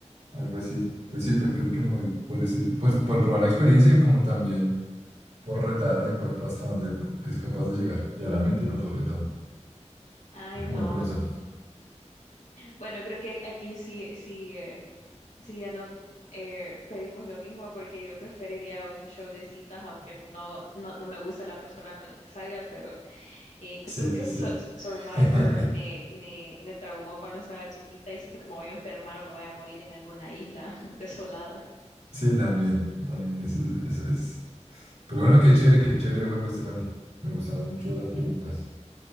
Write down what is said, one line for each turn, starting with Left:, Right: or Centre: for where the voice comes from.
Right: algo así. Entonces sí, pero creo que me voy por decir, pues por probar la experiencia y como también por retar a mi cuerpo hasta donde es capaz de llegar y a la mente, ¿no? Sobre todo.
Left: Ay,
Right: Creo que
Left: no.
Right: me voy con eso.
Left: Bueno, creo que aquí sí, sí, eh, sí ya no eh, pedimos lo mismo porque yo preferiría un show de citas, aunque no, no, no me gusta la persona con la que salga, pero Eh, que-
Right: Sí,
Left: creo
Right: sí,
Left: que
Right: sí.
Left: Su- Survivor
Right: <laughs>
Left: me, me, me traumó cuando estaba chiquita y siento que me voy a enfermar o me voy a morir en alguna isla <laughs> desolada,
Right: Sí, también, también eso, es- eso es. Pero bueno, qué chévere, qué chévere el juego, Stephanie. Me gustaron mucho las preguntas.